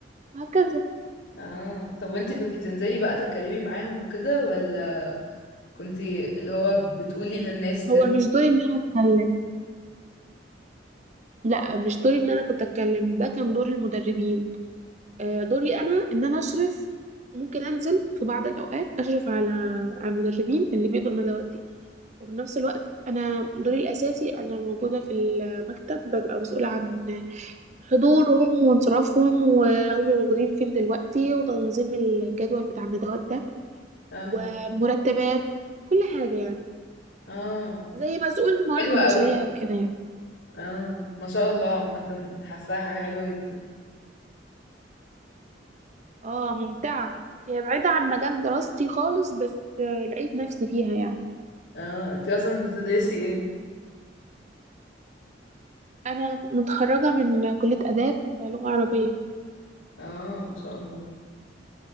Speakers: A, on the right; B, on the left.
A: وهكذا
B: اه طب وانتي كنتي بتنزلي بقى تتكلمي معاهم وكده ولا كنتي اللي هو بتقولي للناس
A: هو
B: تن...
A: مش دوري ان انا اتكلم لا مش دوري ان انا كنت اتكلم ده كان دور المدربين آه، دوري انا ان انا اشرف ممكن انزل في بعض الاوقات اشرف على على المدربين اللي بيدوا الندوات دي وفي نفس الوقت انا دوري الاساسي انا موجودة في المكتب ببقى مسؤولة عن حضورهم وانصرافهم وهم موجودين فين دلوقتي وتنظيم الجدول بتاع الندوات ده
B: اه
A: ومرتبات كل حاجة يعني
B: اه
A: زي مسؤول الموارد
B: حلوة
A: البشرية
B: قوي
A: كده يعني
B: اه ما شاء الله عامة حاساها حاجة حلوة جدا
A: اه ممتعة هي بعيدة عن مجال دراستي خالص بس آه، لقيت نفسي فيها يعني
B: اه انتي اصلا بتدرسي ايه
A: أنا متخرجة من كلية آداب لغة عربية
B: اه ما شاء الله